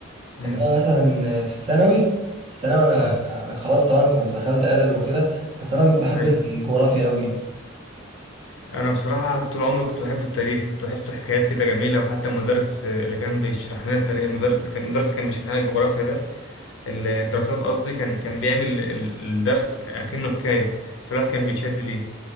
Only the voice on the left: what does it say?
امم
آه
أيوه
أنا بصراحة طول عمري كنت بحب التاريخ كنت بحسه حكايات كده جميلة وحتى المدرس اللي كان بيشرح لنا التاريخ المدرس كان المدرس كان بيشرح لنا الجغرافيا ده الدراسات قصدي كان كان بيعمل ال- الدرس كأنه حكاية فالواحد كان بيتشد ليه